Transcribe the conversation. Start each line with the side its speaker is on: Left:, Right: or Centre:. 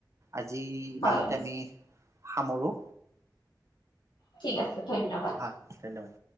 Right: আজি ইমানতে
Left: হয়
Right: আমি সামৰোঁ।
Left: ঠিক আছে। ধন্যবাদ।
Right: হয় ধন্যবাদ।